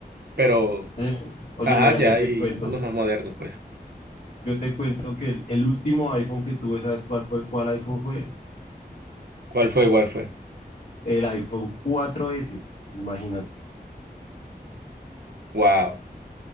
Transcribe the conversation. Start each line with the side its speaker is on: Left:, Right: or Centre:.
Right: Pero,
Left: Oye, oye,
Right: ajá,
Left: mira,
Right: ya
Left: yo
Right: hay
Left: te cuento,
Right: unos más modernos, pues.
Left: yo te cuento que el, el último iPhone que tuve, ¿sabes cuál fue? ¿Cuál iPhone fue?
Right: ¿Cuál fue? ¿Cuál fue?
Left: El iPhone 4S, imagínate.
Right: Wow.